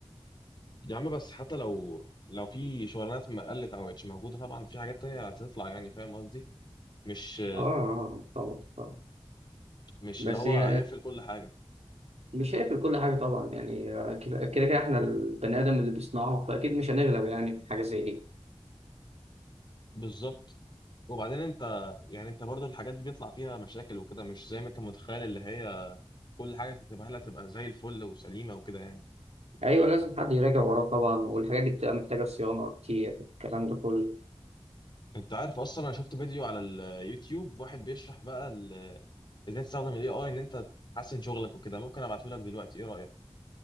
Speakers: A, on the left (about 45°); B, on the right (about 90°).
A: يا عم بس حتى لو لو في شغلانات ما قلت او مش موجوده طبعا في حاجات تانية هتطلع يعني فاهم قصدي مش
B: اه آه، طبعا طبعا
A: مش
B: بس
A: اللي هو
B: هي
A: هيقفل كل حاجه
B: مش هيقفل كل حاجه طبعا يعني آه، كده كده احنا البني ادم اللي بيصنعه فاكيد مش هنغلب يعني في حاجه زي دي
A: بالظبط وبعدين انت يعني انت برضو الحاجات دي بيطلع فيها مشاكل وكده مش زي ما انت متخيل اللي هي كل حاجه تكتبها لها تبقى زي الفل وسليمه وكده يعني
B: ايوه لازم حد يراجع وراه طبعا والحاجات دي بتبقى محتاجه صيانه كتير الكلام ده كله
A: انت عارف اصلا انا شفت فيديو على اليوتيوب واحد بيشرح بقى ال- ازاي تستخدم الاي اي ان انت تحسن شغلك وكده ممكن ابعته لك دلوقتي ايه رايك